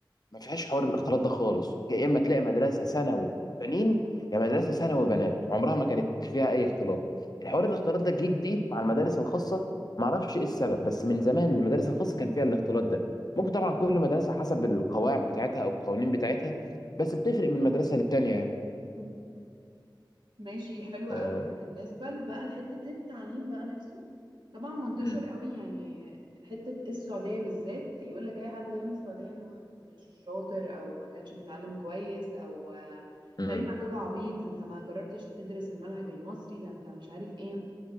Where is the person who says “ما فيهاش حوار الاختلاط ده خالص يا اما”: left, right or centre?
Left